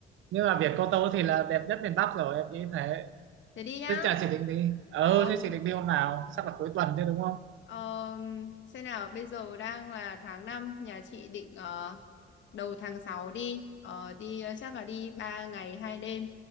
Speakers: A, on the right; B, on the left.
A: Nhưng mà biển Cô Tô thì là đẹp nhất miền Bắc rồi em nghĩ thế.
B: Thế đi nhá.
A: Thế chả chị định đi. Ừ
B: Ờ,
A: thế chị định đi hôm nào? Chắc là cuối tuần chứ đúng không?
B: ờ, xem nào, bây giờ đang là tháng năm nhà chị định ờ, đầu tháng 6 đi, ờ, đi ờ, chắc là đi 3 ngày 2 đêm,